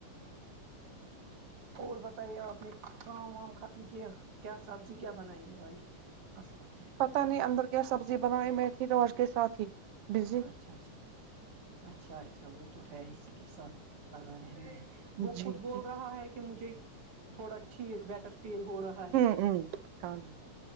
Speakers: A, on the right; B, on the right.
A: اور بتائی آپ نے کام وام ختم کیا کیا سبزی کیا بنائی آج اس خدائیں
B: پتہ نہیں اندر کیا سبزی بنائی میتھی روج کے ساتھ ہی بزی
A: اچھا اچھا اچھا اچھا وہ تو ہے اسی کے ساتھ لگا رہنا ہے وہ
B: جی
A: خود بول
B: جی
A: رہا ہے کہ مجھے تھوڑا ٹھیک بیٹر فیل ہو رہا ہے
B: ہوں ہاں جی